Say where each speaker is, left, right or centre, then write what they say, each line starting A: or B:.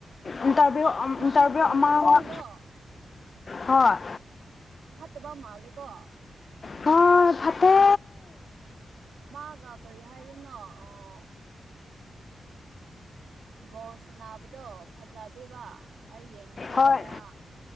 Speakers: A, on the left; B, on the right.
A: ꯏꯟꯇꯔꯚꯤꯌꯨ
B: ꯃꯥꯒꯤ
A: ꯏꯟꯇꯔꯚꯤꯌꯨ
B: ꯇꯤꯝꯃꯦꯠꯁꯤꯡꯗꯣ
A: ꯑꯃ
B: <inaudible>
A: ꯍꯣꯏ
B: ꯐꯠꯇꯕ ꯃꯥꯜꯂꯦꯀꯣ
A: ꯍ ꯐꯇꯦ
B: ꯃꯥꯒ ꯀꯔꯤ ꯍꯥꯏꯗꯣꯏꯅꯣ ꯑꯣ ꯕꯣꯜꯁꯕꯗꯣ ꯐꯖꯗ꯭ꯦꯕ ꯑꯩ ꯌꯦꯡꯕꯗ
A: ꯍꯣꯏ
B: ꯈꯔ